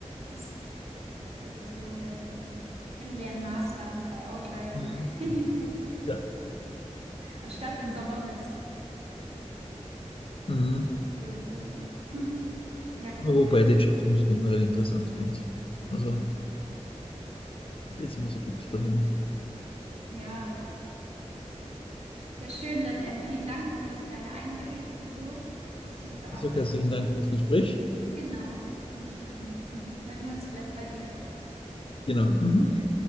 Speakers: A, on the right; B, on the left.
A: Ist quasi so ähm, Kennenlernmaßnahmen bei Outlier.
B: Mhm.
A: <laughs>
B: Ja.
A: Anstatt dem Sommerfest
B: Mhm.
A: oder so. <clears throat> Ja,
B: Wobei
A: cool.
B: ich die Chatrooms generell interessant finde. Also, die es immer so gibt daneben.
A: Ja. Ja, schön. Dann ähm, vielen Dank genau für deine Einblicke und so, was du gearbeitet
B: Ich sage herzlichen
A: hast.
B: Dank fürs Gespräch.
A: Genau. Und dann <laughs> hören wir uns vielleicht bald wieder.
B: Genau. Mhm.